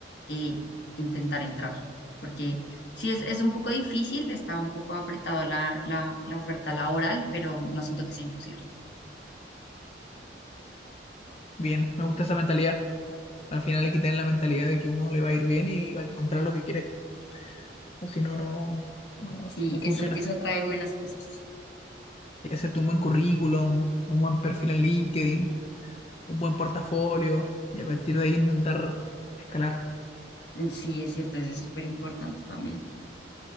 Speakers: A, on the left; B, on the left.
A: eh, intentar entrar, porque sí es, es un poco difícil, está un poco apretado la, la, la oferta laboral, pero no siento que sea imposible.
B: Bien, me gusta esa mentalidad. Al final hay que tener la mentalidad de que uno le va a ir bien y va a encontrar lo que quiere. O si no, no, no,
A: Sí,
B: no funciona.
A: eso, eso
B: Hay
A: atrae buenas cosas.
B: que hacerte un buen currículum, un buen perfil en LinkedIn, un buen portafolio y a partir de ahí intentar escalar.
A: Sí, es cierto, eso es súper importante también,